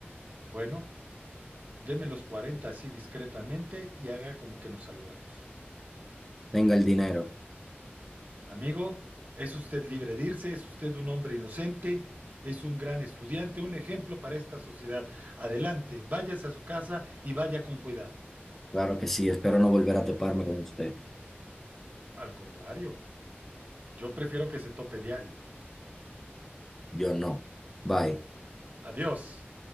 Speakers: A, on the right; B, in the centre.
A: Bueno, deme los cuarenta así discretamente y haga como que nos saludamos.
B: Tenga el dinero.
A: Amigo, es usted libre de irse, es usted un hombre inocente, es un gran estudiante, un ejemplo para esta sociedad. Adelante, váyase a su casa y vaya con cuidado.
B: Claro que sí, espero no volver a toparme con usted.
A: Al contrario, yo prefiero que se tope diario.
B: Yo no. Bye.
A: Adiós.